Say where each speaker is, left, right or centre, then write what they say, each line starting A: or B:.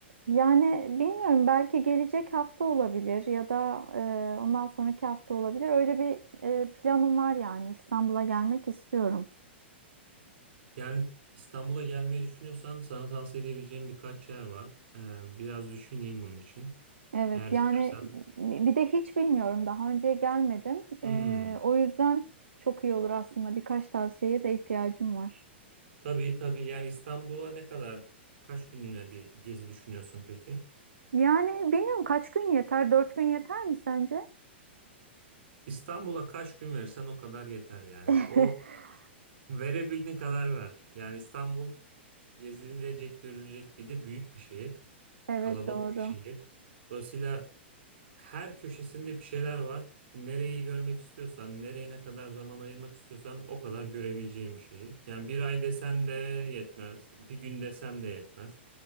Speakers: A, on the right (about 80°); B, on the right (about 70°).
A: Yani bilmiyorum belki gelecek hafta olabilir ya da e, ondan sonraki hafta olabilir. Öyle bir e, planım var yani İstanbul'a gelmek istiyorum.
B: Yani İstanbul'a gelmeyi düşünüyorsan sana tavsiye edebileceğim birkaç yer var. Ee, biraz düşüneyim bunun için.
A: Evet
B: Eğer istersen.
A: yani bir de hiç bilmiyorum daha önce gelmedim.
B: Hmm.
A: E, o yüzden çok iyi olur aslında birkaç tavsiyeye de ihtiyacım var.
B: Tabii tabii yani İstanbul'a ne kadar kaç günlüğüne bir gezi düşünüyorsun peki?
A: Yani bilmiyorum kaç gün yeter? Dört gün yeter mi sence?
B: İstanbul'a kaç gün verirsen o kadar yeter yani.
A: <laughs>
B: O verebildiğin kadar ver. Yani İstanbul gezilecek, görülecek bir de büyük bir şehir.
A: Evet
B: Kalabalık
A: doğru.
B: bir şehir. Dolayısıyla her köşesinde bir şeyler var. Nereyi görmek istiyorsan, nereye ne kadar zaman ayırmak istiyorsan o kadar görebileceğin bir şehir. Yani bir ay desen de yetmez, bir gün desem de yetmez.